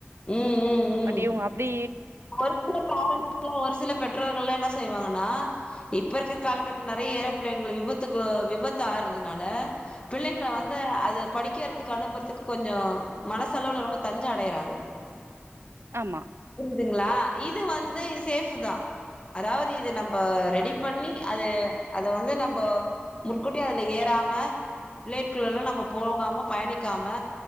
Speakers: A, on the left; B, on the right.
A: உம் உம் உம்
B: பட் இவங்க அப்புடி
A: ஒரு சில பேரண்ஸ்ல்லாம் ஒரு சில பெற்றோர்கல்லாம் என்ன செய்வாங்கன்னா இப்ப இருக்கிற காலகட்ட நிறைய ஏரோப்பிளோன்கள் விபத்துக்கு விபத்து ஆறுறதுனால பிள்ளைங்க வந்து அதான் படிக்கிறதுக்கு அனுப்புறதுக்கு கொஞ்சம் மனசளவு ரொம்ப தஞ்சா அடையறாங்க
B: ஆமா
A: இதுங்களா இது வந்து இது சேஃப் தான் அதாவது இது நம்ம ரெடி பண்ணி அது அதை வந்து நம்ம முற்கூட்டி அதுல ஏறாம பிளேட்டுக்குள்ளல்லாம் நம்ம போகாம பயணிக்காம